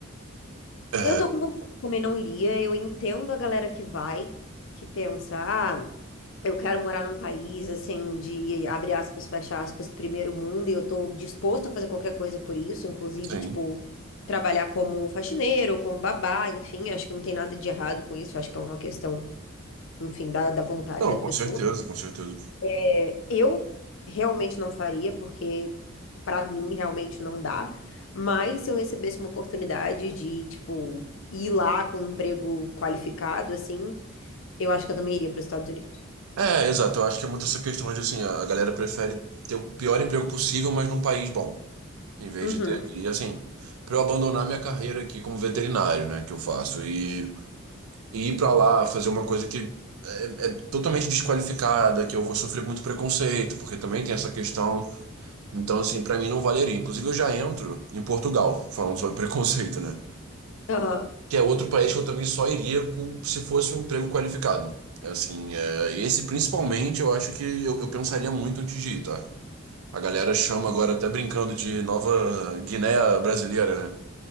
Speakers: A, on the right; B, on the left.
A: É,
B: Eu tô com você, eu também não iria. Eu entendo a galera que vai, que pensa, ah, eu quero morar num país assim de abre aspas, fecha aspas, primeiro mundo, e eu tô disposto a fazer qualquer coisa por isso, inclusive,
A: sim.
B: tipo, trabalhar como faxineiro, como babá, enfim, acho que não tem nada de errado com isso, acho que é uma questão enfim, da, da vontade
A: Não,
B: da pessoa.
A: com certeza, com certeza.
B: É, eu realmente não faria, porque pra mim realmente não dá. Mas se eu recebesse uma oportunidade de, tipo, ir lá com um emprego qualificado, assim, eu acho que eu também iria para os Estados Unidos.
A: É, exato. Eu acho que é muito essa questão de, assim, a a galera prefere ter o pior emprego possível, mas num país bom. Em vez
B: Uhum.
A: de ter que, e assim, para eu abandonar minha carreira aqui como veterinário, né, que eu faço, e, e ir para lá fazer uma coisa que é, é totalmente desqualificada, que eu vou sofrer muito preconceito, porque também tem essa questão. Então, assim, para mim não valeria. Inclusive, eu já entro em Portugal, falando sobre <laughs> preconceito, né,
B: Aham.
A: que é outro país que eu também só iria com, se fosse um emprego qualificado. Assim, é, esse principalmente eu acho que eu, eu pensaria muito antes de ir, tá? A galera chama agora até brincando de Nova Guiné brasileira, né?